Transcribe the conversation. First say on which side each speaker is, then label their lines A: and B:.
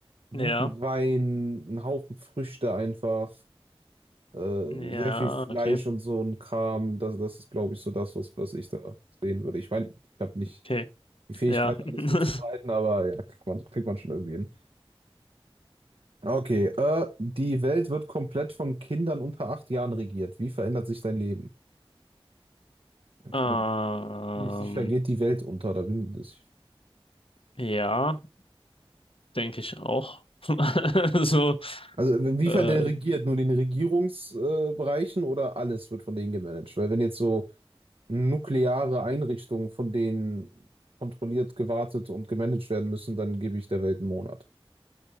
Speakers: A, on the left; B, on the right.
A: ja,
B: Guten Wein, einen Haufen Früchte einfach, äh,
A: ja,
B: sehr viel Fleisch
A: okay,
B: und so ein Kram. Das, das ist, glaube ich, so das, was, was ich da sehen würde. Ich meine, ich habe nicht
A: okay,
B: die Fähigkeit,
A: ja.
B: alles
A: <laughs>
B: zuzubereiten, aber ja, kriegt man, kriegt man schon irgendwie hin. Okay, äh, die Welt wird komplett von Kindern unter acht Jahren regiert. Wie verändert sich dein Leben? Ich
A: Ähm,
B: meine, ziemlich sicher geht die Welt unter. Da bin ich.
A: ja, denke ich auch. <laughs> So,
B: Also inwiefern
A: äh,
B: der regiert? Nur in den Regierungsbereichen äh, Bereichen oder alles wird von denen gemanagt? Weil wenn jetzt so nukleare Einrichtungen von denen kontrolliert, gewartet und gemanagt werden müssen, dann gebe ich der Welt einen Monat,